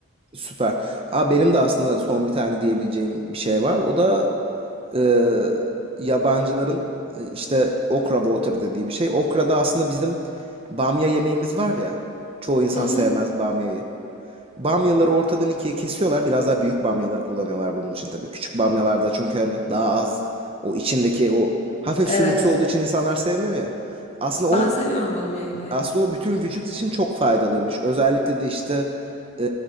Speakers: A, on the right; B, on the left.
A: Süper. Aa, benim de aslında son bir tane diyebileceğim bir şey var. O da e, yabancıların e, işte okra water dediği bir şey. Okra da aslında bizim bamya yemeğimiz var ya. Çoğu insan
B: Hı hı.
A: sevmez bamyayı. Bamyaları ortadan ikiye kesiyorlar. Biraz daha büyük bamyaları kullanıyorlar bunun için tabii. Küçük bamyalarda çünkü hani daha az o içindeki o hafif
B: Evet.
A: sümüksü olduğu için insanlar sevmiyor ya. Aslında
B: Ben
A: o
B: seviyorum bamyayı bayağı.
A: aslında o bütün vücut için çok faydalıymış. Özellikle de işte e,